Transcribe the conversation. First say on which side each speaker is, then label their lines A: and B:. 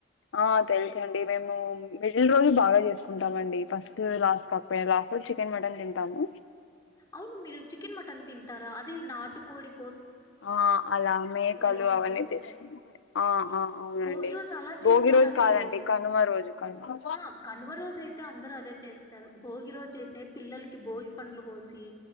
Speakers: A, on the left; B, on the left.
A: ఆ తెలుసండి మేము మిడిల్ రోజు బాగా చేసుకుంటామండి ఫస్ట్ లాస్ట్ కాకపోయియా లాస్ట్ రోజు చికెన్ మటన్ తింటాము
B: అవును మీరు చికెన్ మటన్ తిన్ టారా అదీ నాటు కోడి
A: ఆ అలా మేకలు
B: రోజు
A: అవన్నీ తీసుకు ఆ
B: ఏంటి
A: ఆ అవునండి
B: భోగి రోజు అలా చేస్తారా
A: భోగి రోజు
B: మీరు
A: కాదండి కనుమ రోజు కనుమ
B: ఆ కనువ రోజు అయితే అందరు అదే చేస్తారు స్తారు భోగి రోజు అయితే పిల్లలకి భోగి పండ్లు పోసి